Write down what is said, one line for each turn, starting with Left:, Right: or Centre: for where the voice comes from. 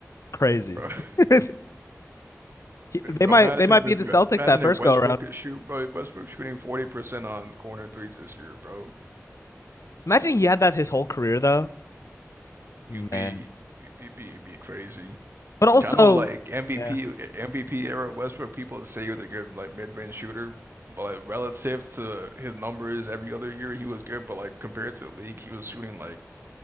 Left: Crazy.
Right: bro. <laughs>
Left: <laughs> He-
Right: And
Left: They
Right: Bro,
Left: might
Right: imagine
Left: they might be
Right: if
Left: the Celtics
Right: imagine
Left: that first
Right: if Westbrook
Left: go around.
Right: could shoot, bro. Westbrook shooting 40% on corner threes this year, bro.
Left: Imagine he had that his whole career though. Man.
Right: You'd be you'd be, be you'd be crazy.
Left: But also,
Right: Kind of like MVP
Left: yeah,
Right: MVP era Westbrook, people say he was a good like mid-range shooter, but like, relative to his numbers every other year, he was good, but like compared to the league, he was shooting like